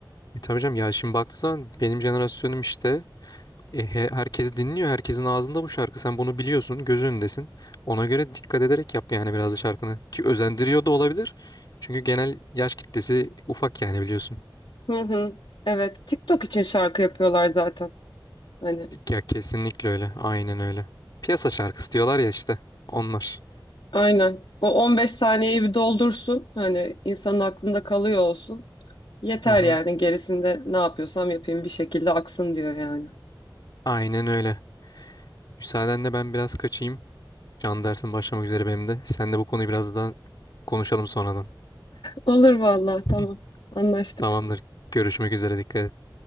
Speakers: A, on the left; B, on the left.
A: E tabii canım ya şimdi baktığı zaman benim jenerasyonum işte E, he- herkes dinliyor. Herkesin ağzında bu şarkı. Sen bunu biliyorsun. Göz önündesin. Ona göre dikkat ederek yap yani biraz da şarkını. Ki özendiriyor da olabilir. Çünkü genel yaş kitlesi ufak yani biliyorsun.
B: Hı hı. Evet, TikTok için şarkı yapıyorlar zaten. Hani
A: Ya kesinlikle öyle. Aynen öyle. Piyasa şarkısı diyorlar ya işte. Onlar.
B: Aynen. O 15 saniyeyi bir doldursun. Hani insanın aklında kalıyor olsun. Yeter
A: Hı hı.
B: yani. Gerisinde ne yapıyorsam yapayım bir şekilde aksın diyor yani.
A: Aynen öyle. Müsaadenle ben biraz kaçayım. Can dersim başlamak üzere benim de. Sen de bu konuyu biraz daha konuşalım sonradan.
B: Olur vallahi
A: <laughs>
B: tamam. Anlaştık.
A: Tamamdır. Görüşmek üzere. Dikkat et.